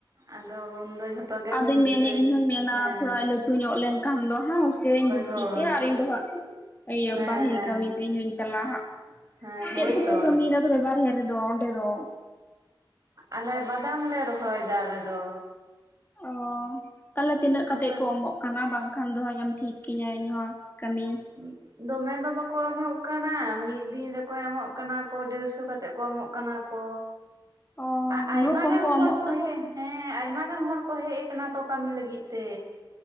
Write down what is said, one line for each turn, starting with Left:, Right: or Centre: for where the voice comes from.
Right: ᱟᱫᱚ ᱩᱱᱫᱚ ᱡᱷᱚᱛᱚ ᱜᱮᱢ
Left: ᱟᱫᱚᱧ
Right: ᱪᱤᱱᱛᱟᱹᱭᱮᱫ
Left: ᱢᱮᱱᱮᱫ ᱤᱧ ᱦᱚᱧ ᱢᱮᱱᱟ
Right: ᱦᱮᱸ
Left: ᱛᱷᱚᱲᱟᱭ
Right: ᱾
Left: ᱞᱟᱹᱴᱩ ᱧᱚᱜ ᱞᱮᱱᱠᱷᱟᱱ ᱫᱚ ᱦᱟᱸ ᱯᱩᱴᱷᱟᱹᱣᱧ ᱵᱷᱩᱨᱛᱤ
Right: ᱦᱳᱭ
Left: ᱠᱮᱭᱟ ᱟᱨ ᱤᱧ ᱫᱚ ᱦᱟᱸᱜ ᱤᱭᱟᱹ
Right: ᱦᱮᱸ
Left: ᱵᱟᱨᱦᱮ
Right: ᱦᱮᱸ
Left: ᱠᱟᱹᱢᱤ ᱥᱮᱨᱮᱧ ᱦᱚᱧ ᱪᱟᱞᱟᱜ ᱦᱟᱸᱜ
Right: ᱦᱮᱸ ᱦᱳᱭᱛᱚ
Left: ᱪᱮᱫ ᱠᱚᱯᱮ ᱠᱟᱹᱢᱤᱭᱮ ᱫᱟ ᱵᱟᱦᱨᱮ ᱨᱮᱫᱚ ᱚᱸᱰᱮ ᱫᱚ?
Right: ᱟᱞᱮ ᱵᱟᱫᱟᱢ ᱞᱮ ᱨᱚᱦᱚᱭᱮᱫᱟ ᱟᱞᱮ ᱫᱚ᱾
Left: ᱚᱻ ᱛᱟᱦᱚᱞᱮ ᱛᱤᱱᱟᱹᱜ
Right: ᱱᱚᱛᱮ
Left: ᱠᱟᱛᱮ ᱠᱚ ᱮᱢᱚᱜ ᱠᱟᱱᱟ ᱵᱟᱝᱠᱷᱟᱱ ᱫᱚ ᱟᱢᱮᱢ ᱴᱷᱤᱠ ᱠᱤᱧᱟᱹ ᱤᱧ ᱦᱚᱸ ᱠᱟᱹᱢᱤ᱾
Right: ᱩᱸᱜ ᱫᱚᱢᱮ ᱫᱚ ᱵᱟᱠᱚ ᱮᱢᱚᱜ ᱠᱟᱱᱟ, ᱢᱤᱫ ᱫᱤᱱ ᱨᱮᱠᱚ ᱮᱢᱚᱜ ᱠᱟᱱᱟ ᱠᱚ ᱰᱮᱲᱥᱚ ᱠᱟᱛᱮ ᱠᱚ ᱮᱢᱚᱜ ᱠᱟᱱᱟ ᱠᱚ᱾
Left: ᱚ
Right: ᱟᱨ
Left: ᱩᱱᱟᱹᱜ
Right: ᱟᱭᱢᱟ
Left: ᱠᱚᱢ
Right: ᱜᱟᱱ ᱦᱚᱲ
Left: ᱮᱢᱚᱜ
Right: ᱠᱚ
Left: ᱠᱟᱱᱟ
Right: ᱦᱮᱡ ᱦᱮᱸ ᱟᱭᱢᱟ ᱜᱟᱱ ᱦᱚᱲ ᱠᱚ ᱦᱮᱡ ᱠᱟᱱᱟ ᱛᱚ ᱠᱟᱹᱢᱤ ᱞᱟᱹᱜᱤᱫ ᱛᱮ,